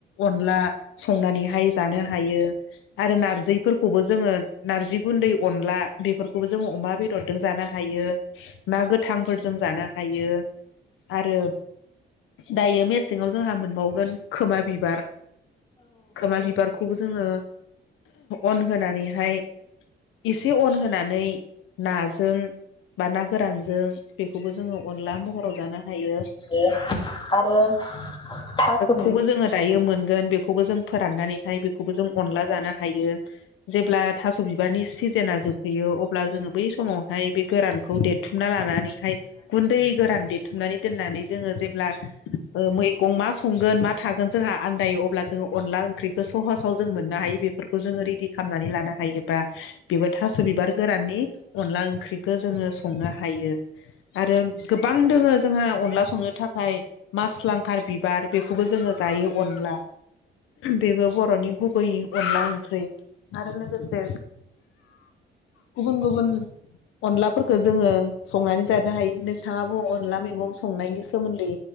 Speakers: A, on the left (about 85°); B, on the left (about 25°).
A: अनला संनानैहाय जानो हायो आरो नारजिफोरखौबो जोङो नार्जि गुन्दै अनला बेफोरखौबो जोङो अमा बेदरजों जानो हायो ना गोथांफोरजों जानो हायो आरो दायो मेसेङाव जोंहा मोनबाव गोन खोमा बिबार खोमा बिबारखौबो जोङो अन होनानैहाय इसे अन होनानै नाजों बा ना गोरानजों बेखौबो जोङो अनला महराव जानो हायो।
B: ओ आरो थास'
A: खौबो जोङो दायो मोनगोन बेखौबो जों फोराननानैहाय बेखौबो जों अनला जानो हायो जेब्ला थास' बिबारनि सिजोना जोबहैयो अब्ला जोङो बै समावहाय बे गोरानखौ देरथुमना लानानै हाय गुनदै गोरान देथुमनानै दोननानै जोङो जेब्ला ओ मैगं मा गोन मा थागोन जोंहा आनदायो अब्ला जोङो अनला ओंख्रिखौ सहसाव जों मोननो हायो बेफोरखौ जोङो रेदि खालामनानै लानो हायो। बा बेबो थास' बिबार गोराननि अनला ओंख्रिखो जोङो संनो हायो आरो गोबां दोङो जोंहा अनला संनो थाखाय मास लांखार बिबार बेखौबो जोङो जायो अनला। बेबो बर'नि गुबै अनला ओंख्रै आरो लोगोसे गुबुन गुबुन अनलाफोरखो जोङो संनानै जानो हायो नोंथाङाबो अनला मैगं संनायनि सोमोन्दै